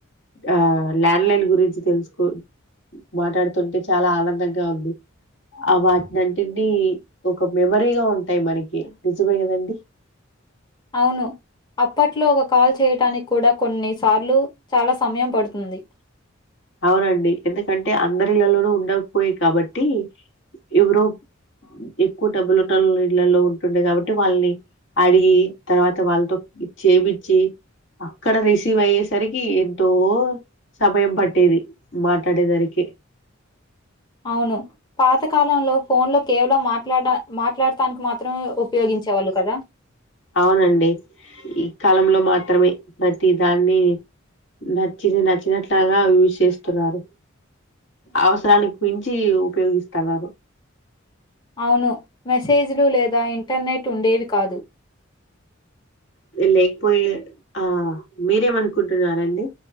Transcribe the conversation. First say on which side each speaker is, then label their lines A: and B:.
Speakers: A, on the left; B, on the left.
A: ఆ ల్యాండ్ లైన్ గురించి తెలుసుకో మాట్లాడుతుంటే చాలా ఆనందంగా ఉంది ఆ వాటింటిని ఒక మెమరీగా ఉంటుంది టాయి మనకి నిజమే కదండి
B: అవును అప్పట్లో ఒక కాల్ చేయటానికి కూడా కొన్ని సార్లు చాలా సమయం పడుతుంది
A: అవునండి ఎందుకంటే అందరిలలోనూ ఉండకపోయి కాబట్టి ఎవరో ఎక్కువ డబ్బులున్న ఇళ్ళలో ఉంటుండే కాబట్టి వాళ్ళని అడిగి తర్వాత వాళ్ళతో ఇది చేపచ్చి అక్కడ రిసీవ్ అయ్యేసరికి ఎంతో సమయం పట్టి పట్టేది మాట్లాడేదనికి
B: అవును పాతకాలంలో ఫోన్లో కేవలం మాట్లాడటానికి మాత్రం నో ఉపయోగించేవాళ్ళు కదా
A: అవునండి. ఈ కాలంలో మాత్రమే ప్రతి దాన్ని నచ్చిన నచ్చినట్లాగా యూస్ చేస్తున్నారు అవసరానికి మించి ఉపయోగిస్తన్నారు
B: అవును మెసేజ్లు లేదా ఇంటర్నెట్ ఉండేవి కాదు
A: లేకపోయ ఆ మీరేమనుకుంటున్నారండి